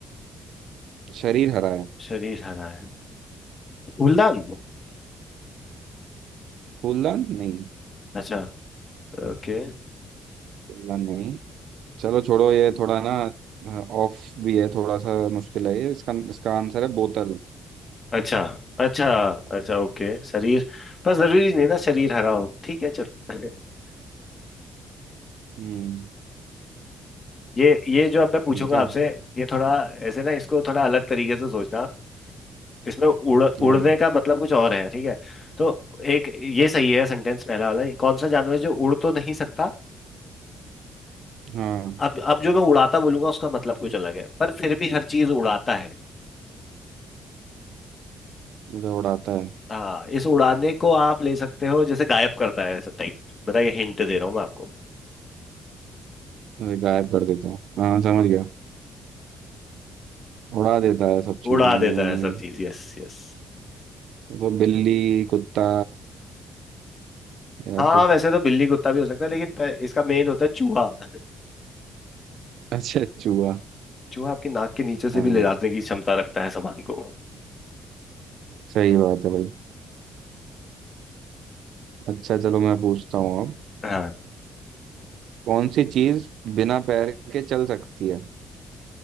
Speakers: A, on the right; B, on the left.
A: शरीर हरा है
B: शरीर हरा है फूलदान
A: फूलदान नहीं
B: अच्छा ओके
A: फूलदान नहीं चलो छोड़ो ये थोड़ा ना ऑफ भी है थोड़ा सा मुश्किल है ये इसका इसका आंसर है बोतल
B: अच्छा अच्छा अच्छा ओके शरीर पर जरूरी नहीं ना शरीर हरा हो ठीक है चलो <laughs>
A: हम्म
B: ये ये जो अब मैं पूछूंगा
A: ठीक है
B: आपसे ये थोड़ा ऐसे ना इसको थोड़ा अलग तरीके से सोचना आप। इसमें उड़ उड़ने
A: हाँ
B: का मतलब कुछ और है ठीक है तो एक ये सही है सेंटेंस पहला वाला कौन सा जानवर है जो उड़ तो नहीं सकता
A: हाँ
B: अब अब जो मैं उड़ाता बोलूंगा उसका मतलब कुछ अलग है पर फिर भी हर चीज उड़ाता है
A: मुझे उड़ाता है
B: हाँ इस उड़ाने को आप ले सकते हो जैसे गायब करता है ऐसा टाइप बताइए हिंट दे रहा हूँ मैं आपको
A: मुझे गायब कर देता है हाँ समझ गया उड़ा देता है सब चीजें
B: उड़ा देता है सब चीज यस यस
A: तो बिल्ली कुत्ता या
B: हाँ
A: फिर
B: वैसे तो बिल्ली कुत्ता भी हो सकता है लेकिन पह- इसका मेन होता है चूहा <laughs>
A: अच्छा चूहा
B: चूहा आपकी नाक के नीचे से
A: हाँ
B: भी ले जाने की क्षमता रखता है सामान को
A: सही बात है भाई अच्छा चलो मैं पूछता हूँ अब
B: हाँ
A: कौन सी चीज बिना पैर के चल सकती है